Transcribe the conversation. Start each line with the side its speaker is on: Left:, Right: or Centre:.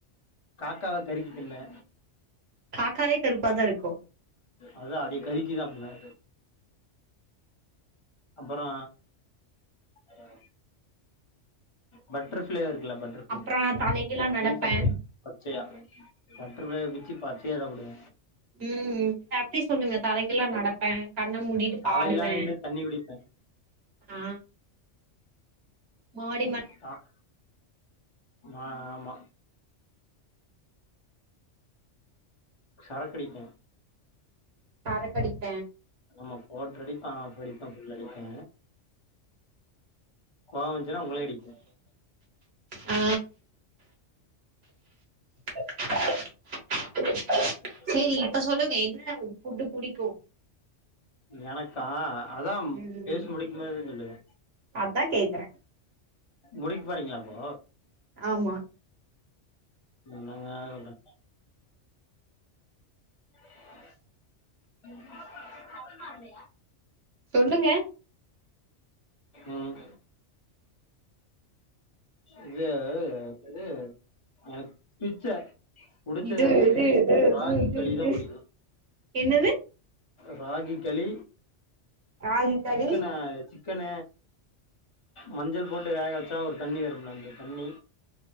Left: காக்காவ கறிக்கு திம்பே
Right: காக்காவே கருப்பா தா இருக்கு
Left: அதா அதய கருக்கி சாப்டுவே அப்பறோ ஹ <inaudible> பட்டர்ஃபிளை இருக்குல பட்டர்ஃபிளை
Right: அப்றோ நா தலைகீழா
Left: அதையு
Right: நடப்பே
Left: சாப்புடுவே பச்சையா பட்டர்ஃப்ளைய பிச்சு பச்சையா சாப்டுவே
Right: ம் அப்டி சொல்லுங்க தலகீழா நடப்பே கண்ண மூடிட்டு
Left: காலையிலா
Right: பாடுவே
Left: நின்னு தண்ணி குடிப்பே
Right: ஆ மாடி ம
Left: <unintelligible> ஆ ஆமா சரக்கடிப்பே
Right: சரக்கடிப்பே
Left: ஆமா குவாட்டரு அடிப்பே ஆஃப் அடிப்பே புல் அடிப்பே கோவோ வந்துச்சுன்னா உங்களே அடிப்பே
Right: ஆ <inaudible>
Left: <inaudible>
Right: சேரி இப்ப சொல்லுங்க என்ன உ ஃபுட்டு் புடிக்கு
Left: எனக்கா அதாம்
Right: ம்
Left: பேசி முடிக்கு போது தா சொல்லுவே
Right: அதா கேக்குறே
Left: முடிக் போறீங்களா அப்போ
Right: ஆமா
Left: என்னங்க சொல்றே <inaudible> டைம் ஆகலயா
Right: சொல்லுங்க
Left: ம் இது அ து எனக் பிச்ச புடிச்சது
Right: இது
Left: வந்து
Right: இது இது இது
Left: ராகி
Right: இது
Left: களி
Right: இது
Left: தா புடிக்கு
Right: என்னது
Left: ராகி களி
Right: ராகி களி
Left: சிக்கன இக்கன மஞ்சள் போட்டு வேக வச்சா ஒரு தண்ணி வரும்ல அந்த தண்ணி